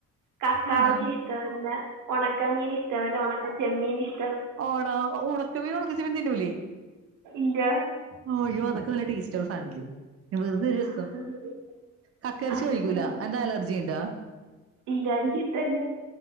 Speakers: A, on the right; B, on the right.
A: കക്കാറച്ചി
B: ആണാ
A: ഇഷ്ടവല്ല, ഉണക്കമീൻ ഇഷ്ടവല്ല ഉണക്ക ചെമ്മീൻ ഇഷ്
B: ആടാ ഉണക്ക മീൻ ഉണക്ക ചെമ്മീൻ തിന്നുല്ലേ?
A: ഇല്ലാ
B: ഓ യോ അത്ക് ക്ക നല്ല ടേസ്റ്റള്ള സാധനം അല്ലേ വെറുത ഒരു രസം
A: അതൊന്നും
B: കക്കറച്ചി
A: അതൊന്നും
B: കഴിക്കൂല
A: ഞാൻ
B: എന്താ അലർജിണ്ടാ
A: ഇല്ല എനിക്കിഷ്ടല്ല